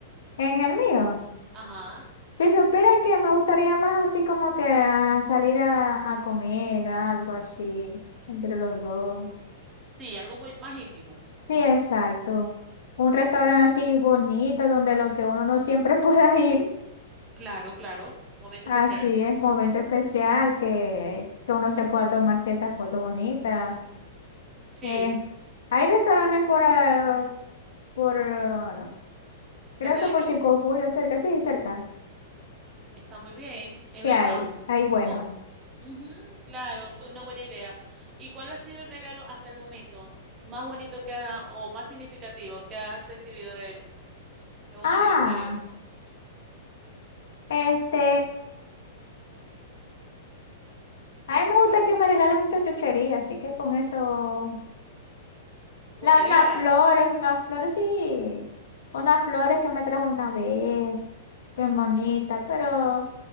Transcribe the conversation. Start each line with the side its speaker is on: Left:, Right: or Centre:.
Left: En el mío.
Right: Ajá.
Left: Si supiera que me gustaría más así como que a salir a, a comer, algo así, entre los dos.
Right: Sí, algo muy más íntimo.
Left: Sí, exacto. Un restaurante
Right: Ujú,
Left: así bonito donde lo que uno no siempre <laughs> pueda ir,
Right: Claro, claro, un momento
Left: así
Right: especial.
Left: es momento especial que, que uno se pueda tomar ciertas fotos bonitas.
Right: Sí,
Left: Eh, hay restaurantes por, ah, por, ah,
Right: cerca
Left: creo que
Right: de aquí.
Left: por 5 de julio, cerca, sí, cerca.
Right: Está muy bien, es
Left: ¿Qué
Right: verdad.
Left: hay? Hay buenos.
Right: O- ujú, claro, es una buena idea. ¿Y cuál ha sido el regalo hasta el momento más bonito que ha, o más significativo que has recibido de él en un
Left: Ah,
Right: aniversario?
Left: este... A
Right: Qui-
Left: mí me gusta
Right: A ver,
Left: que me regalen muchas chucherías, así que con eso.
Right: vos
Left: La,
Right: salí
Left: unas
Right: barata.
Left: flores, unas flores, sí. Unas flores que me trajo una vez. Bien bonita, pero